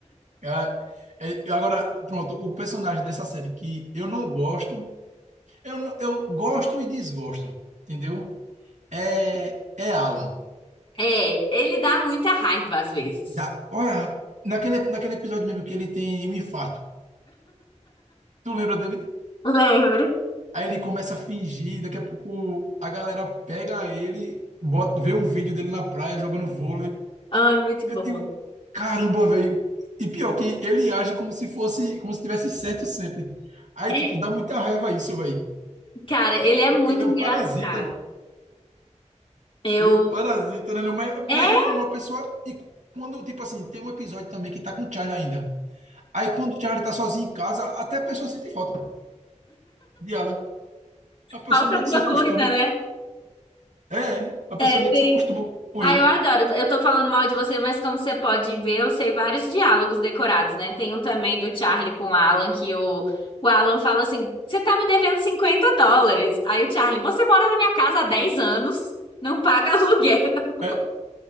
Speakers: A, on the right (about 70°); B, on the left (about 45°).
A: Ah, é, agora, pronto, o personagem dessa série que eu não gosto, eu, não- eu gosto e desgosto, entendeu? É, é Alan.
B: É, ele dá muita raiva às vezes.
A: Da, olha, naquele, naquele episódio mesmo que ele tem um infarto. Tu lembra dele?
B: Lembro.
A: Aí ele começa a fingir, daqui a pouco a galera pega ele, bota, vê um vídeo dele na praia jogando vôlei.
B: Ai, muito
A: Eu
B: bom.
A: digo, caramba, velho. E pior que ele age como se fosse, como se tivesse certo sempre. Aí,
B: É,
A: tipo, dá muita raiva isso, velho.
B: cara, ele é
A: Porque
B: muito
A: ele é
B: engraçado.
A: um parasita.
B: Eu.
A: Ele é um parasita, né? Não, Mas,
B: É,
A: mas querendo uma pessoa. E quando, tipo assim, tem um episódio também que tá com o Charlie ainda. Aí, quando o Charlie tá sozinho em casa, até a pessoa sente falta de ela. A pessoa
B: falta
A: meio
B: alguma
A: que se acostuma.
B: coisa, né?
A: É, a pessoa
B: É,
A: meio
B: tem.
A: que se acostuma com
B: Ah,
A: ele.
B: eu adoro. Eu tô falando mal de você, mas como você pode ver, eu sei vários diálogos decorados, né? Tem um também do Charlie com o Alan, que o, o Alan fala assim: Você tá me devendo 50 dólares. Aí o Charlie, você mora na minha casa há 10 anos, não paga aluguel. <laughs>
A: É,